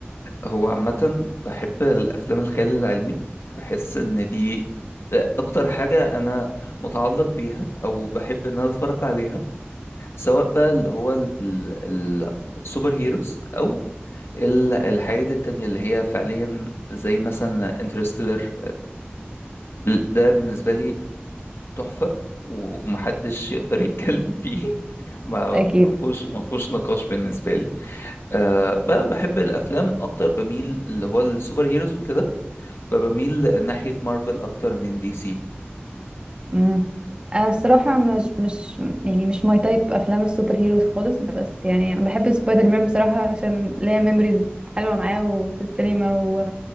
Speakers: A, on the left; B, on the right.
A: هو عامه بحب الافلام الخيال العلمي بحس ان دي اكتر حاجه انا متعلق بيها او بحب ان انا اتفرج عليها سواء بقى اللي هو ال- ال- السوبر هيروز او ال- الحاجات التانية اللي هي فعليا زي مثلا انترستيلر ده بالنسبة لي تحفة ومحدش يقدر يتكلم فيه <laughs> ما
B: اكيد
A: ما فيهوش ما فيهوش نقاش بالنسبة لي أه ب- بحب الأفلام أكتر بميل اللي هو السوبر هيروز وكده فبميل ناحية مارفل أكتر من دي سي
B: امم انا الصراحه مش مش يعني مش ماي تايب افلام السوبر هيروز خالص بس يعني انا بحب سبايدر مان بصراحه عشان ليا ميموريز حلوه معاه وفي السينما و...